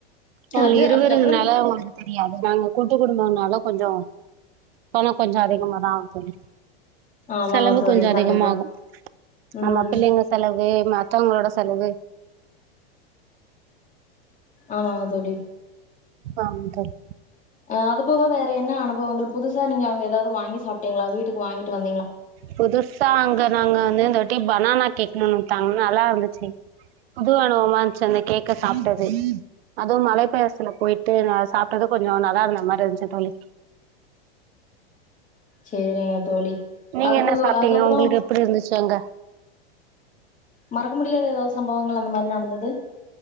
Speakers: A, on the right (about 70°); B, on the left (about 25°).
A: அவள்
B: அது
A: இருவருங்னால
B: அதுக்கப்புறம்
A: ஒங்களுக் தெரியாது நாங்க கூட்டு குடும்பனால கொஞ்ச பண கொஞ்ச அதிகமா தா ஆவு தோழி
B: ஆமா
A: செலவு
B: தோழி
A: கொஞ்ச அதிகமாகு
B: கண்டிப்பா ம்
A: நம்ம பிள்ளைங்க செலவு மத்தவுங்ளோட செலவு
B: ஆமாங்க தோழி
A: ஆம் தோழி
B: ஆ அது போக வேற என்ன அனுபவங்கள் புதுசா நீங்க அங்க ஏதாவது வாங்கி சாப்ட்டீங்களா வீட்டுக்கு வாங்கிட்டு வந்
A: புதுசா அங்க நாங்க வந்து இந்தவாட்டி பனானா கேக்னு குடுத்தாங்க நல்லா இருந்துச்சு புது அனுபவமா இருந்துச்சி அந்த கேக்க சாப்ட்டது அதுவும் மலைப்பயசுல போயிட்டு நா சாப்ட்டது கொஞ்ச நல்லா இருந்த மாரி இருந்துச்சு தோழி
B: சேரிங்க தோழி
A: நீங்கள்
B: அதுபோ
A: என்ன சாப்பிட்டீங்க
B: அதுக்கப்றோ
A: உங்களுக்கு எப்படி இருந்துச்சு அங்கே
B: மறக்க முடியாத ஏதாவது சம்பவங்கள் அந்த மாரி நடந்தது